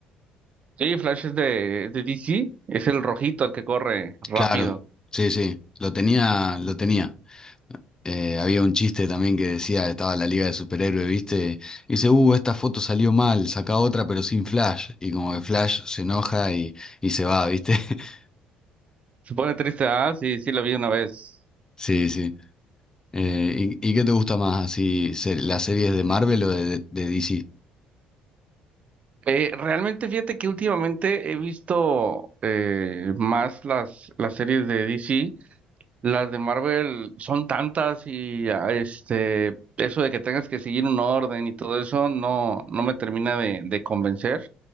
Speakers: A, on the right; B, on the left.
A: Sí, Flash es de, es de DC, es el rojito el que corre rápido.
B: Claro, sí, sí, lo tenía, lo tenía. Eh, había un chiste también que decía, estaba la Liga de Superhéroes, ¿viste? Y dice, uh, esta foto salió mal, saca otra pero sin Flash. Y como que Flash se enoja y, y se va, ¿viste? <laughs>
A: Se pone triste, ah, sí, sí lo vi una vez.
B: Sí, sí. Eh, ¿y, y qué te gusta más, así, se- las series de Marvel o de, de DC?
A: Eh, realmente fíjate que últimamente he visto eh, más las, las series de DC Las de Marvel son tantas y ah, este, eso de que tengas que seguir un orden y todo eso no, no me termina de, de convencer.